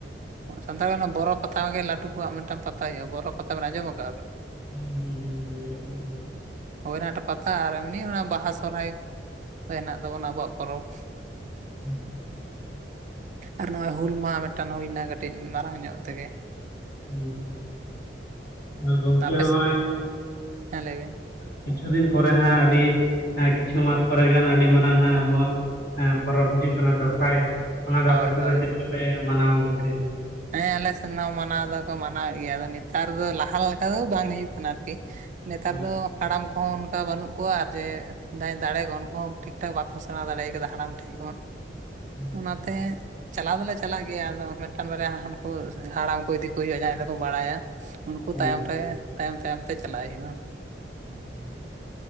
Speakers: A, on the right; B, on the left.
A: ᱥᱟᱱᱛᱟᱲ ᱚᱱᱟ ᱵᱚᱨᱚ ᱯᱟᱛᱟ ᱜᱮ ᱞᱟᱹᱴᱩ ᱠᱚᱣᱟᱜ ᱢᱤᱫᱴᱟᱱ ᱯᱟᱛᱟ ᱦᱩᱭᱩᱜᱼᱟ ᱵᱚᱨᱚ ᱯᱟᱛᱟ ᱵᱮᱱ ᱟᱸᱡᱚᱢ ᱠᱫᱼᱟ
B: ᱦᱩᱸ ᱦᱩᱸ ᱦᱩᱸ
A: ᱦᱚᱭᱱᱟᱴ ᱯᱟᱛᱟ ᱟᱨ ᱮᱢᱱᱤ ᱚᱱᱟ ᱵᱟᱦᱟ ᱥᱚᱨᱚᱦᱟᱭ ᱦᱮᱱᱟᱜ ᱛᱟᱵᱚᱱᱟ ᱟᱵᱚᱣᱟᱜ ᱯᱚᱨᱚᱵᱽ
B: ᱟᱪᱪᱷᱟ
A: ᱟᱨ ᱱᱚᱜᱼᱚᱭ ᱦᱩᱞ ᱢᱟᱦᱟ ᱢᱤᱫᱴᱟᱝ ᱦᱩᱭᱱᱟ ᱴᱤᱡ ᱢᱟᱨᱟᱝ ᱧᱚᱜ ᱛᱮᱜᱮ
B: ᱦᱩᱸ ᱟᱸᱡᱚᱢ ᱠᱟᱜ ᱜᱤᱭᱟᱹᱧ ᱦᱩᱸ ᱦᱩᱸ ᱦᱩᱸ᱾ ᱟᱨ ᱜᱚᱝᱠᱮ
A: ᱟᱯᱮ
B: ᱦᱚᱸᱜᱼᱚᱭ
A: ᱦᱮᱸᱞᱟᱹᱭᱵᱤᱱ
B: ᱠᱤᱪᱷᱩ ᱫᱤᱱ ᱯᱚᱨᱮ ᱦᱟᱸᱜ ᱟᱹᱰᱤ ᱠᱤᱪᱷᱩ ᱢᱟᱥ ᱯᱚᱨᱮ ᱜᱟᱱ ᱟᱹᱰᱤ ᱢᱟᱨᱟᱝ ᱦᱟᱸᱜ ᱟᱵᱚᱣᱟᱜ ᱸ ᱯᱚᱨᱚᱵᱽ ᱦᱤᱡᱩᱜ ᱠᱟᱱᱟ ᱫᱟᱸᱥᱟᱭ ᱚᱱᱟ ᱫᱚ
A: ᱦᱳᱭ
B: ᱟᱯᱮ ᱥᱮᱫ
A: ᱦᱳᱭ
B: ᱫᱚ ᱪᱮᱫ ᱞᱮᱠᱟᱯᱮ ᱢᱟᱱᱟᱣᱣᱟ ᱜᱚᱝᱠᱮ
A: ᱦᱮᱸ ᱟᱞᱮ ᱥᱮᱫ ᱦᱚᱸ ᱢᱟᱱᱟᱣ ᱫᱚᱠᱚ ᱢᱟᱱᱟᱣᱮᱫ ᱜᱮᱭᱟ ᱟᱫᱚ ᱱᱮᱛᱟᱨ ᱫᱚ ᱞᱟᱦᱟ ᱞᱮᱠᱟ ᱫᱚ ᱵᱟᱝ ᱦᱩᱭᱩᱜ ᱠᱟᱱᱟ ᱟᱨᱠᱤ ᱱᱮᱛᱟᱨ
B: ᱦᱳᱭ
A: ᱫᱚ
B: ᱦᱳᱭ
A: ᱦᱟᱲᱟᱢ ᱠᱚᱦᱚᱸ ᱠᱟ ᱵᱟᱹᱱᱩᱜ ᱠᱚᱣᱟ ᱟᱨ ᱡᱮ ᱡᱟᱦᱟᱸᱭ ᱫᱟᱲᱮ ᱠᱚᱣᱟ ᱩᱱᱠᱩ ᱦᱚᱸ ᱴᱷᱤᱠ ᱴᱷᱟᱠ ᱵᱟᱠᱚ ᱥᱮᱬᱟ ᱫᱟᱲᱮᱭᱟ ᱠᱟᱫᱟ ᱦᱟᱲᱟᱢ ᱴᱷᱮᱱ ᱪ ᱠᱚ
B: ᱦᱩᱸ
A: ᱚᱱᱟᱛᱮ ᱪᱟᱞᱟᱣ ᱫᱚᱞᱮ ᱪᱟᱞᱟᱜ ᱜᱮᱭᱟ ᱟᱫᱚ ᱢᱤᱫᱴᱟᱱ ᱵᱟᱨᱭᱟ ᱳᱱᱠᱩ ᱦᱟᱲᱟᱢ ᱠᱚ ᱤᱫᱤ ᱠᱚ ᱦᱩᱭᱩᱜᱼᱟ ᱡᱟᱦᱟᱸᱭ ᱫᱚᱠᱚ ᱵᱟᱲᱟᱭᱟ ᱩᱱᱠᱩ
B: ᱦᱩᱸ
A: ᱛᱟᱭᱚᱢ
B: ᱦᱩᱸ᱾
A: ᱛᱮ ᱛᱟᱭᱚᱢ ᱛᱟᱭᱚᱢ ᱛᱮ ᱪᱟᱞᱟᱜ ᱦᱩᱭᱩᱜᱼᱟ
B: ᱦᱮᱸ